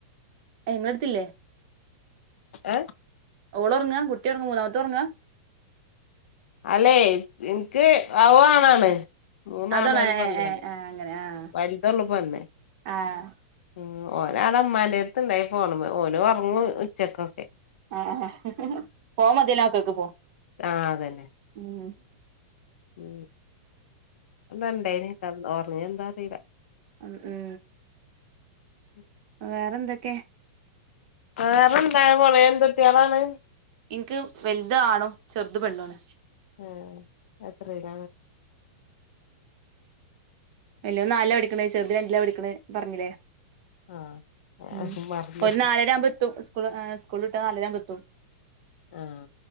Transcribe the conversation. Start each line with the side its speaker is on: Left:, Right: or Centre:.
Right: എങ്ങടുത്തില്ലേ
Left: ഏഹ
Right: ഓള ഉറങ്ങാ കുട്ടി ഇറങ്ങ മൂന്നാമത്തെ ഉറങ്ങാ
Left: അല്ലെ എനിക്ക് അവുണാണ് മൂന്നാണ
Right: അതാണോ
Left: ഒരു
Right: ഏഹ്
Left: പെണ്ണാണ്
Right: ഏഹ് ഏഹ് അങ്ങനെ ആഹ്
Left: വലുതുള്ള പെണ്ണ
Right: ആഹ്
Left: ഉ ഓന ആള അമ്മാന്റെത്ത ഇണ്ടായി പോ ഓന് ഉറങ്ങും ഉച്ചക്കൊക്കെ
Right: ആഹ പോ മതിനോക്കൊക്കെ പോ
Left: ആഹ അതന്നെ
Right: ഉ
Left: ഉ വണ്ടേനക്ക ഓറഞ്ഞ എന്താ അറിയില്ല
Right: അ ഏ
Left: ഉ
Right: വേറെന്തൊക്കെ
Left: ആറെണ്ടായ പോലെ എന്തുൊട്ടിയളാണ്
Right: എനിക്ക് വലുത ആണോ ചെറുത് പെണ്ടോണ്
Left: ഉം എത്രയട
Right: വല്ല നാലാ പടിക്കണേ ചെറുത് രണ്ടില പടിക്കണ പറഞ്ഞില്ലേ
Left: ആഹ്
Right: ഉ
Left: മറന്നു
Right: ഒരു നാലര ആവുമ്പോത്തു സ്കൂ സ്ൂളിട്ട് നാലരാൻ പത്തും
Left: ആഹ